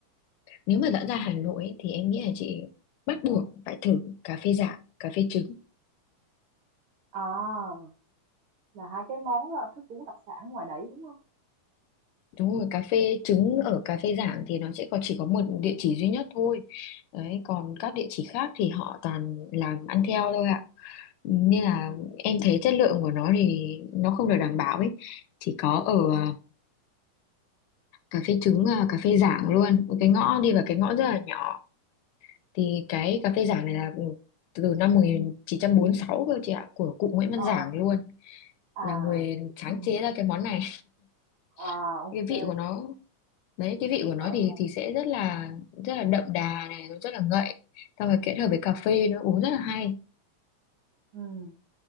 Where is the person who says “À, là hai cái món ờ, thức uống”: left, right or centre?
Right